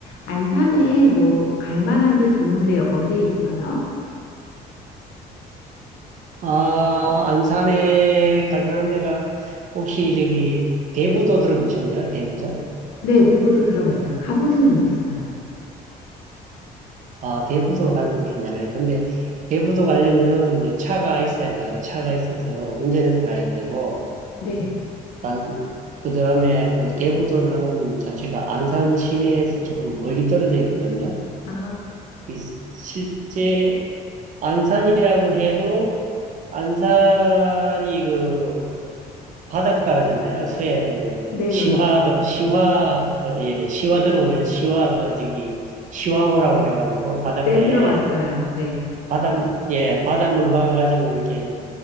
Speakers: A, on the left (about 80°); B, on the right (about 50°).
A: 안산에 뭐 갈 만한 데 좋은 데 어디 있어요?
B: 아, 안산에 갈 만한 데가 혹시 저기 대부도 들어보셨나요? 대부도?
A: 네, 대부도 들어봤어요. 가보지는 못했어요.
B: 아, 대부도 가는 게 괜찮아요. 근데 대부도 가려면은 이제 차가 있어야 돼요. 차가 있어서 운전해서 가야 되고,
A: 네.
B: 난, 그 다음에 그 대부도는 자체가 안산 시내에서 좀 멀리 떨어져 있거든요.
A: 아,
B: 이 실제 안산이라고 해도 안산이 그 바닷가잖아요. 서해 그
A: 네.
B: 시화도 시화 어, 예 시화도라고 해서 시화가 저기 시화호라고 해가지고 바닷가에
A: 네, 들어봤어요. 네.
B: 바다 예 바닷물 막아가지고 이렇게